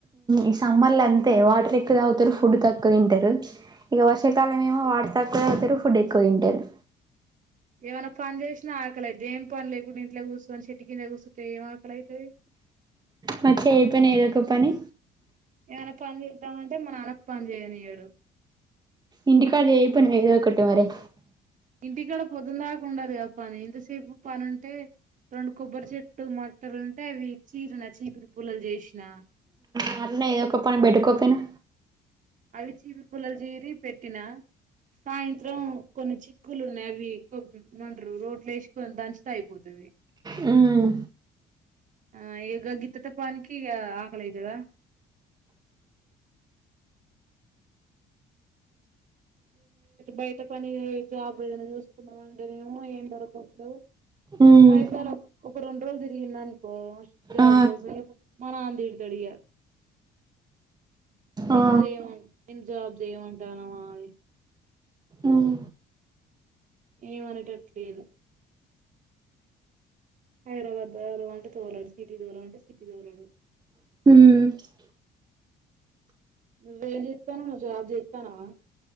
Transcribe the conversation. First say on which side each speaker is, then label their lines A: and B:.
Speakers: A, on the right; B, on the right.
A: ఈ సమ్మర్ లో అంతే వాటర్ ఎక్కువ తాగుతారు ఫుడ్ తక్కువ తింటారు ఇక వర్షాకాలాం
B: ఆ
A: ఏమో వార్తా తరు ఫుడెక్కు తింటరు
B: ఏమనా పని చేసినా ఆకలైతే ఏం పని లేకుప్పుడు ఇంట్లో కూర్చని చెట్టు కింద కూర్స్తే ఏ ఆకలైతయి
A: మరి చెయపోయినవ్ ఏదో ఒక పని
B: నాన్న పని చేద్దామంటే మా నాన్న పని చేయనియ్యడు
A: ఇంటికాడ ఏ పని జేయవ్ కదా ర
B: ఇంటికాడ పొద్దునలాకుండదు ఆ పని ఇంతసేపు పని ఉంటే రెండు కొబ్బరి చెట్టు మొట్టలుంటే అవి చీరిన చీపరి పూలలు చేసిన
A: మాట్లో ఏదో ఒక పని పెట్టుకోపోయినా
B: అవి చీపిరి పుల్లలు చీరి పెట్టిన సాయంత్రం కొన్ని చిక్కులు ఉన్నాయి అవి కొ మంట రోట్లు వేసి దంచుతా అయిపోతావి
A: హ్మ్
B: ఆ ఇగ గిత్త తప్ప ఆనికి ఆకలైతదా బయట పని జాబ్ ఏదైనా చూసుకుందామంటేనేమో ఏం దొరకట్లే
A: ఉమ్
B: మైద్యన ఒక రెండు రోజులు తిరిగింది అనుకో జాబ్
A: ఆ
B: కోసం మా నాన్న తిడతాడు ఇయాల నిన్ను
A: ఆ
B: చేయమని నిన్ను జాబ్ చేయమంటానమా మ
A: ఉమ్
B: ఏమనేటట్లేదు హైదరాబాద్ దూరం అంటే తోరాడు సిటీ దూరం అంటే సిటీ దోరాడు
A: హ్మ్
B: వేళ్ళు ఇతను నువ్వు జాబ్ చేస్తున్నావ